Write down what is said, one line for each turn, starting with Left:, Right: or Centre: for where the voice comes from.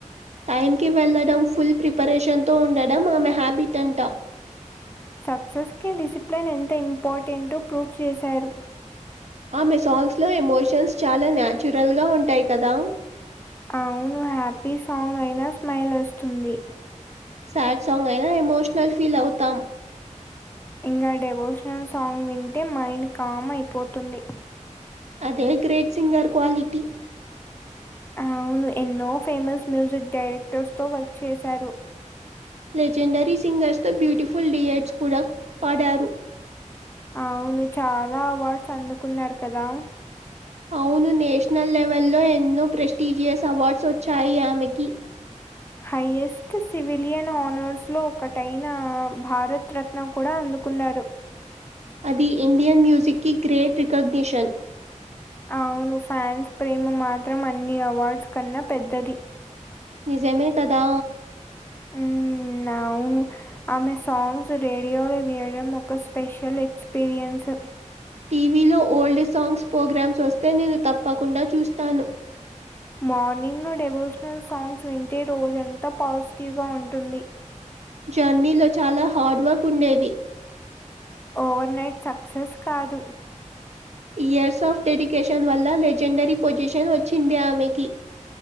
Right: టైమ్ కి వెళ్ళడం ఫుల్ ప్రిపరేషన్ తో ఉండడం ఆమె హ్యాబిట్ అంట.
Left: సక్సెస్ కి డిసిప్లిన్ ఎంత ఇంపార్టెంట్ ప్రూఫ్ చేశారు.
Right: ఆమె సాంగ్స్ లో ఎమోషన్స్ చాలా న్యాచురల్ గా ఉంటాయి కదా
Left: అవును హ్యాపీ సాంగ్ అయినా స్మైల్ వస్తుంది.
Right: సాడ్ సాంగ్ అయినా ఎమోషనల్ ఫీల్ అవుతాం.
Left: ఇంకా డెవోషనల్ సాంగ్ వింటే మైండ్ కామ్ అయిపోతుంది.
Right: అదే గ్రేట్ సింగర్ క్వాలిటీ
Left: అవును ఎన్నో ఫేమస్ మ్యూజిక్ డైరెక్టర్స్ తో వర్క్ చేశారు.
Right: లెజెండరీ సింగర్స్ తో బ్యూటిఫుల్ డియట్స్ కూడా పాడారు.
Left: అవును చాలా అవార్డ్స్ అందుకున్నారు కదా.
Right: అవును నేషనల్ లెవెల్లో ఎన్నో ప్రెస్టీజియస్ అవార్డ్స్ వచ్చాయి ఆమెకి.
Left: హైయెస్ట్ సివిలియన్ ఆనర్స్ లో ఒకటైన భారతరత్న కూడా అ అనుకున్నారు
Right: అది ఇండియన్ మ్యూజిక్ కి గ్రేట్ రికగ్నిషన్.
Left: అవును ఫ్యాన్స్ ప్రేమ మాత్రం అన్ని అవార్డ్స్ కన్నా పెద్దది.
Right: నిజమే కదా
Left: హ్మ్. అవును ఆమె సాంగ్స్ రేడియోలో వినడం ఒక స్పెషల్ ఎక్స్పీరియన్స్.
Right: టీవీలో ఓల్డ్ సాంగ్స్ ప్రోగ్రామ్స్ వస్తే నేను తప్పకుండా చూస్తాను.
Left: మార్నింగ్ ను డెవోషనల్ సాంగ్స్ వింటే రోజంతా పాజిటివ్గా ఉంటుంది.
Right: జర్నీలో చాలా హార్డ్ వర్క్ ఉండేది
Left: ఓవర్నైట్ సక్సెస్ కాదు
Right: ఇయర్స్ ఆఫ్ డెడికేషన్ వల్ల లెజెండరీ పొజిషన్ వచ్చింది ఆమెకి.